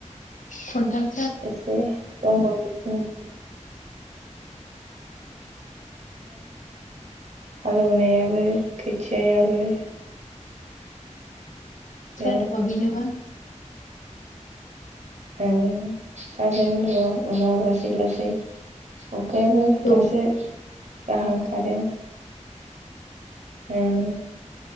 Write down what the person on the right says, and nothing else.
एसे दंमोन हालौनायाबो खोथियायाबो बिराद
औ जागोन र उनाव लासै लासै अखायाबो दासो
हाहां खादों उम